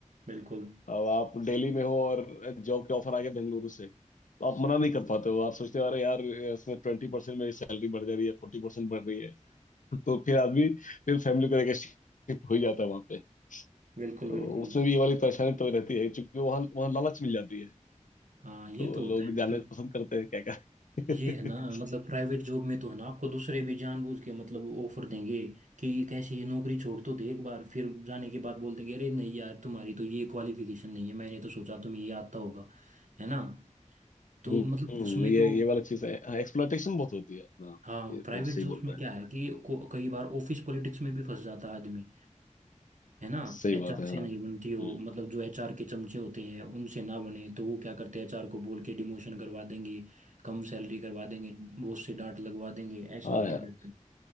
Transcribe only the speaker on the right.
बिल्कुल
बिल्कुल
बिल्कुल
हाँ ये
तो
होता है मतलब
ये है ना
मतलब प्राइवेट जॉब में तो है ना आपको दूसरे भी जानबूझ के मतलब ऑफर देंगे कि कैसे ये नौकरी छोड़ तो दे एक बार फिर जाने के बाद बोल देंगे अरे नहीं यार तुम्हारी तो ये क्वालिफिकेशन नहीं है मैंने तो सोचा तुम्हें ये आता होगा है ना तो
मतलब उसमें
तो
हाँ
प्राइवेट
जॉब्स
में
क्या
है कि को- कई बार ऑफिस पॉलिटिक्स में भी फंस जाता है आदमी है ना
एचआर
से
नहीं बनती हो
मतलब जो एचआर के चमचे होते हैं उनसे ना बने तो वो क्या करते हैं एचआर को बोल के डिमोशन करवा देंगे कम सैलरी करवा देंगे बॉस से डांट लगवा देंगे ऐसा
होता
है